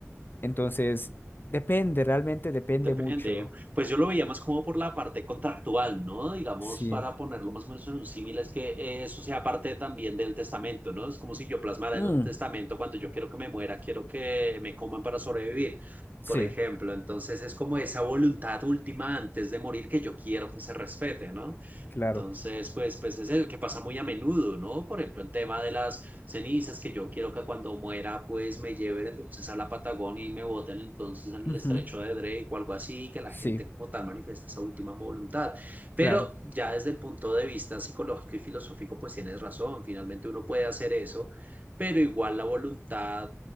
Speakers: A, on the left; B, on the right.
A: entonces, Depende, realmente depende
B: Depende.
A: mucho.
B: Pues yo lo veía más como por la parte contractual, ¿no? Digamos,
A: Sí.
B: para ponerlo más o menos en un símil, es que eh, eso sea parte también del testamento, ¿no? Es como si yo plasmara
A: Mm,
B: en un testamento cuando yo quiero que me muera, quiero que me coman para sobrevivir,
A: sí,
B: por ejemplo. Entonces es como esa voluntad última antes de morir que yo quiero que se respete, ¿no?
A: claro.
B: Entonces, pues, pues es el que pasa muy a menudo, ¿no? Por ejemplo, el tema de las cenizas, que yo quiero que cuando muera, pues me lleven entonces a la Patagonia y me boten entonces en
A: Ujú,
B: el estrecho de Drake o algo así, que la
A: Sí,
B: gente como tal manifiesta esa última voluntad. Pero
A: claro.
B: ya desde el punto de vista psicológico y filosófico, pues tienes razón, finalmente uno puede hacer eso, pero igual la voluntad